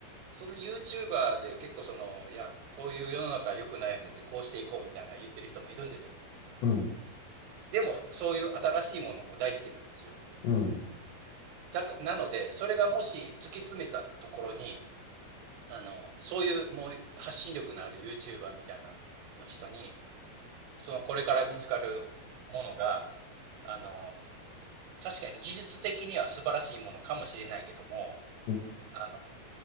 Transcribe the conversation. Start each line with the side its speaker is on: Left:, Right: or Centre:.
Right: その YouTuber で結構その、いや、こういう世の中良くないよねって、こうしていこうみたいな言ってる人もいるんですよね。
Left: うん。
Right: でも、そういう新しいものも大好きなんですよ。
Left: うん。
Right: だかなので、それがもし突き詰めたところに、あの、そういうもう発信力のある YouTuber みたいなの人に、そのこれから見つかるものが、あのー確かに技術的には素晴らしいものかもしれないけども、
Left: うん。
Right: あの